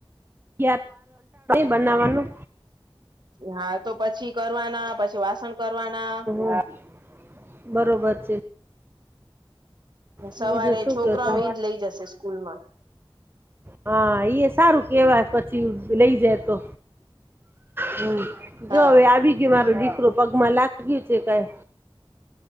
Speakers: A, on the right; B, on the right.
A: <unintelligible> બનવાનું
B: હા તો પછી કરવાના પછી વાસણ કરવાના
A: હા બરોબર છે.
B: સવારે
A: બીજું શું
B: છોકરાઓ
A: કે છો?
B: એજ લઇ જશે સ્કૂલ માં.
A: હા ઈ અય સારું કેવાય પછી લઈ જાય તો. હમ જોવે
B: હા
A: આવી મારો દીકરો પગમાં લાગ્યું છે કઈ.